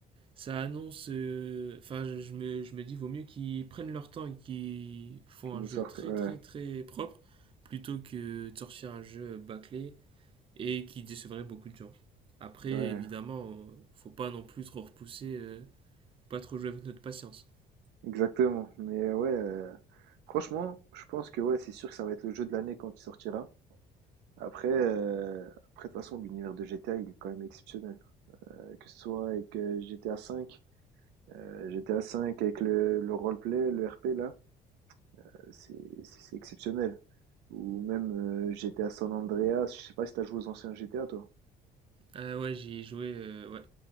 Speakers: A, on the right; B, on the right.
A: ça annonce. euh, Enfin, je, je me, je me dis, vaut mieux qu'ils prennent leur temps et qu'ils font
B: qu'ils
A: un
B: nous
A: jeu
B: sortent,
A: très,
B: ouais,
A: très, très propre plutôt que de sortir un jeu bâclé et qui décevrait beaucoup de gens. Après,
B: ouais,
A: évidemment, euh, faut pas non plus trop repousser, euh, pas trop jouer avec notre patience.
B: exactement. Mais ouais, euh, franchement, je pense que ouais, c'est sûr que ça va être le jeu de l'année quand il sortira. Après, euh, après, de toute façon, l'univers de GTA, il est quand même exceptionnel. Euh, que ce soit avec euh, GTA 5, euh, GTA 5 avec le, le roleplay, le RP là, euh, c'est c'est- c'est exceptionnel. Ou même euh, GTA San Andreas, je sais pas si t'as joué aux anciens GTA toi.
A: Ah ouais, j'ai joué, euh, ouais,